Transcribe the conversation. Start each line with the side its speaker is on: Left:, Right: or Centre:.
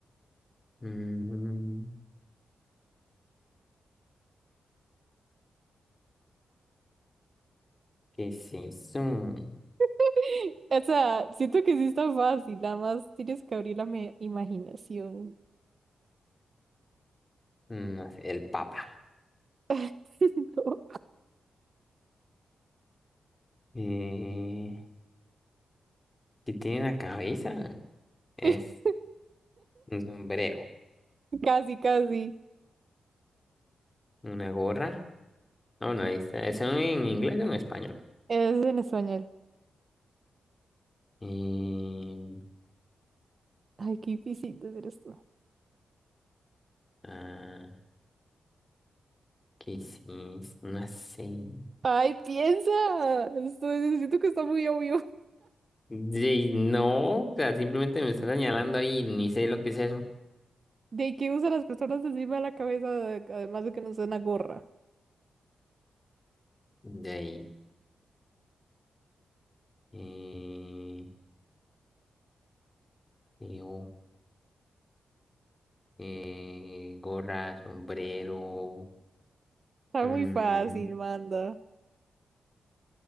Left: Mm, ¿qué es eso? Mm,
Right: <laughs> O sea, siento que sí está fácil, nada más tienes que abrir la me- imaginación.
Left: No sé, el papa.
Right: <laughs> No.
Left: Eh, Sí tiene una cabeza, es
Right: <laughs>
Left: un sombrero,
Right: Casi, casi.
Left: una gorra. Ah, bueno, ahí está. ¿Es en inglés o en español?
Right: Es en español.
Left: Em,
Right: Ay, qué difícil de hacer esto.
Left: ah, ¿qué sí? No sé.
Right: Ay, piensa. Estoy, siento que está muy obvio.
Left: De ahí, no, o sea, simplemente me está señalando ahí, ni sé lo que es eso.
Right: ¿De qué usan las personas encima de la cabeza? Además de que no usan una gorra.
Left: De ahí. Eh, creo, eh, gorra, sombrero.
Right: Está
Left: mm,
Right: muy fácil, manda.